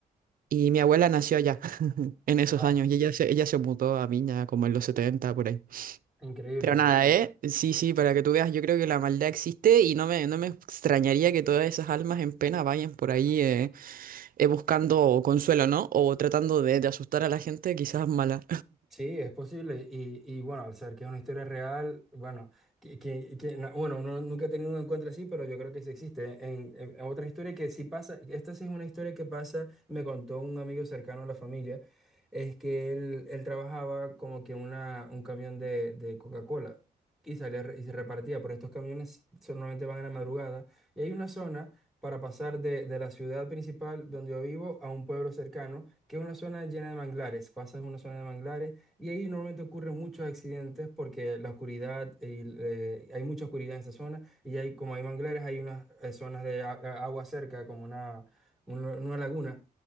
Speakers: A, on the right; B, in the centre.
A: Y mi abuela nació allá <laughs> en esos
B: wow.
A: años y ella se, ella se mudó a Viña como en los 70 por ahí.
B: Increíble.
A: Pero nada, ¿eh? Sí, sí, para que tú veas, yo creo que la maldad existe y no me, no me extrañaría que todas esas almas en pena vayan por ahí eh, eh, buscando consuelo, ¿no? O tratando de, de asustar a la gente, quizás mala.
B: Sí, es posible. Y, y bueno, al ser que es una historia real, bueno, que, que- que na- bueno, uno nunca ha tenido un encuentro así, pero yo creo que sí existe. En, en- en otra historia que sí pasa, esta sí es una historia que pasa, me contó un amigo cercano a la familia, es que él, él trabajaba como que una, un camión de, de Coca-Cola y salía re- y se repartía, pero estos camiones solamente van en la madrugada y hay una zona para pasar de, de la ciudad principal donde yo vivo a un pueblo cercano que es una zona llena de manglares. Pasas una zona de manglares y ahí normalmente ocurren muchos accidentes porque la oscuridad, y, eh, hay mucha oscuridad en esa zona y hay, como hay manglares, hay unas eh, zonas de a- a- agua cerca, como una, un- una laguna.